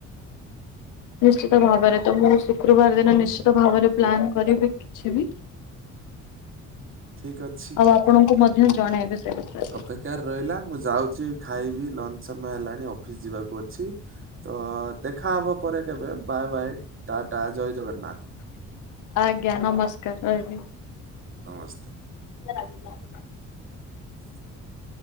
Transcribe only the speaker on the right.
ଠିକ୍ ଅଛି
ଅପେକ୍ଷାରେ ରହିଲା ମୁଁ ଯାଉଛି ଖାଇବି ଲଞ୍ଚ ସମୟ ହେଲାଣି ଅଫିସ୍ ଯିବାକୁ ଅଛି ତ ଦେଖାହବ ପରେ କେବେ ବାଏ ବାଇ ଟା ଟା ଜୟ ଜଗନ୍ନାଥ।
ନମସ୍ତେ।
<inaudible>